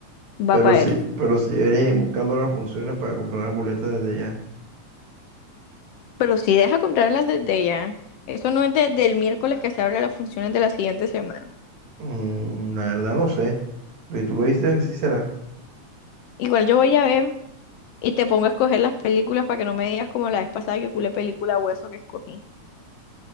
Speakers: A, on the left; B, on the right.
A: Va
B: Pero
A: para
B: sí,
A: él.
B: pero sí deberías ir buscando las funciones para comprar las boletas desde ya.
A: Pero si deja comprarlas desde ya. Eso no es desde el miércoles que se abren las funciones de la siguiente semana.
B: Mm, la verdad no sé. Pero si tú lo viste, así será.
A: Igual yo voy a ver Y te pongo a escoger las películas para que no me digas como la vez pasada que culé película hueso que escogí.